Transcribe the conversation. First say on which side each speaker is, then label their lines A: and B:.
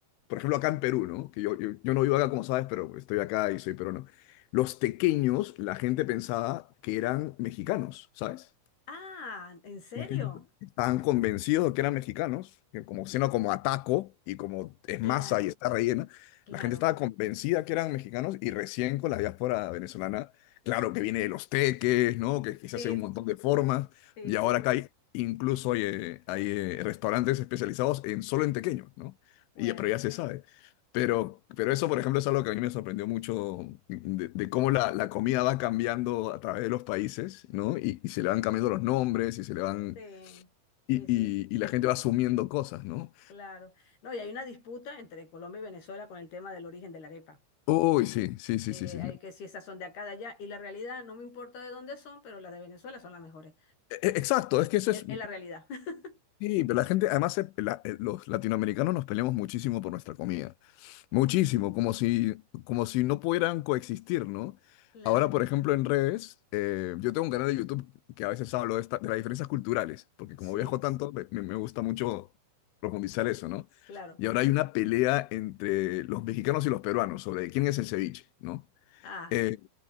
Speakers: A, on the left (about 80°); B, on the left (about 55°).
A: por ejemplo, acá en Perú, ¿no? Que yo, yo, yo no vivo acá, como sabes, pero estoy acá y soy peruano. Los tequeños, la gente pensaba que eran mexicanos, ¿sabes?
B: Ah, ¿en serio?
A: La gente estaban convencidos de que eran mexicanos, que como sino como ataco y como es
B: Claro,
A: masa y está rellena,
B: claro.
A: la gente estaba convencida que eran mexicanos y recién con la diáspora venezolana, claro que viene de los teques, ¿no? Que, que
B: Sí,
A: se hace un montón de formas
B: sí,
A: y
B: sí.
A: ahora acá hay incluso hay, eh, hay, eh, restaurantes especializados en solo en tequeños, ¿no?
B: Bueno,
A: Y pero ya se sabe. Pero, pero eso, por ejemplo, es algo que a mí me sorprendió mucho de, de cómo la, la comida va cambiando a través de los países, ¿no? Y, y se le van cambiando los nombres y se le van
B: sí,
A: y,
B: sí, sí,
A: y- y la gente va asumiendo cosas, ¿no?
B: claro. No, y hay una disputa entre Colombia y Venezuela con el tema del origen de la arepa.
A: Uy, sí, sí, sí,
B: Eh,
A: sí, sí.
B: hay que si esas son de acá, de allá, y la realidad, no me importa de dónde son, pero las de Venezuela son las mejores.
A: E- e- Exacto, es que eso
B: Es,
A: es...
B: es la realidad. <laughs>
A: Sí, pero la gente, además, se- la- eh, los latinoamericanos nos peleamos muchísimo por nuestra comida. Muchísimo, como si, como si no pudieran coexistir, ¿no?
B: Claro,
A: Ahora, por ejemplo, en redes, eh, yo tengo un canal de YouTube que a veces hablo de, esta- de las diferencias culturales, porque
B: sí,
A: como viajo tanto, me, me- me gusta mucho profundizar eso, ¿no?
B: claro.
A: Y ahora hay una pelea entre los mexicanos y los peruanos sobre quién es el ceviche, ¿no?
B: Ah,
A: Eh,